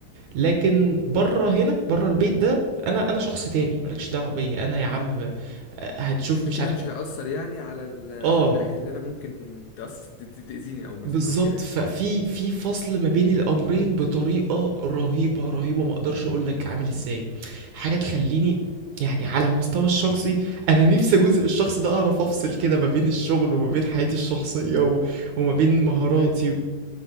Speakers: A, on the right; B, on the left.
A: لكن بره
B: حلو
A: هنا بره البيت ده انا انا شخص تاني مالكش دعوه بيا انا يا عم ب- هتشوف
B: كده
A: مش
B: كده
A: عارف
B: مش هيأثر يعني على ال... على
A: اه
B: الناحيه اللي انا ممكن تأثر ت- ت- تأذيني او مثلا
A: بالظبط
B: او كده يعني
A: ففي في فصل ما بين الامرين بطريقه رهيبه رهيبه
B: مم.
A: ما اقدرش اقول
B: <clears throat>
A: لك عامل ازاي حاجه تخليني يعني على المستوى الشخصي انا نفسي جزء الشخص ده اعرف افصل كده ما بين الشغل وما بين حياتي الشخصيه و... وما بين مهاراتي
B: والله